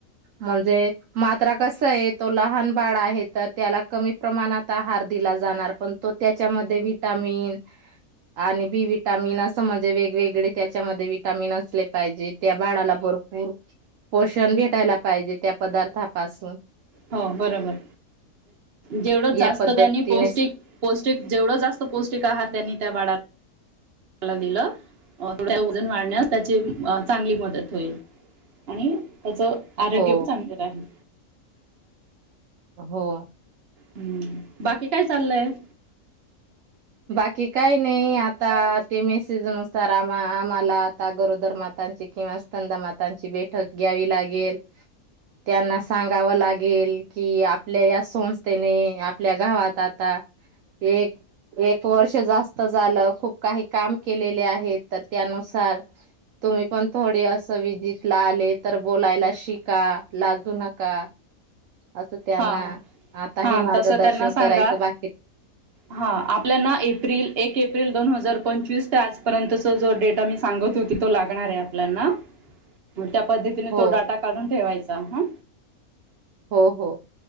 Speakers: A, on the right (about 70°); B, on the right (about 45°).
A: म्हणजे मात्रा कस आहे तो लहान बाळ आहे तर त्याला कमी प्रमाणात आहार दिला जाणार पण तो त्याच्यामध्ये विटामिन आणि बि विटामिन असं म्हणजे वेगवेगळे त्याच्यामध्ये विटामिन असले पाहिजे त्या बाळाला भरपूर पोषण भेटायला पाहिजे त्या पदार्थापासून.
B: हो बरोबर जेवढंच
A: या
B: जास्त
A: पद्धतीनेच
B: त्यांनी पौष्टिक पौष्टिक जेवढ जास्त पौष्टिक आहार त्यांनी त्या बाळा त्याला दिलं थोड वजन वाढण्यास त्याची चांगली मदत होईल आणि त्याचं आरोग्य
A: हो.
B: पण चांगलेलं राहील.
A: हो.
B: हम्म बाकी काय चाललंय.
A: बाकी काही नाही आता ते मेसेजनुसार आम्हा आम्हाला आता गरोदर मातांची किंवा स्तनदा मातांची बैठक घ्यावी लागेल. त्यांना सांगावं लागेल कि आपल्या या संस्थेने आपल्या गावात आता एक एक वर्ष जास्त झालं खूप काही काम केलेले आहे, तर त्यानुसार तुम्ही पण थोडे असं विजिटला आले तर बोलायला शिका लाजू नका. असं त्यांना
B: हा
A: आता
B: हा
A: हे मार्गदर्शन
B: तसं त्यांना सांगा
A: करायचं, बाकीत
B: हा आपल्याना एप्रिल एक एप्रिल दोन हजार पंचवीस तर आजपर्यंतचा जो डेटा मी सांगत होती तो लागणार आहे आपल्याना. त्या पद्धतीने
A: हो,
B: तो डाटा काढून ठेवायचा. चाहा
A: हो हो.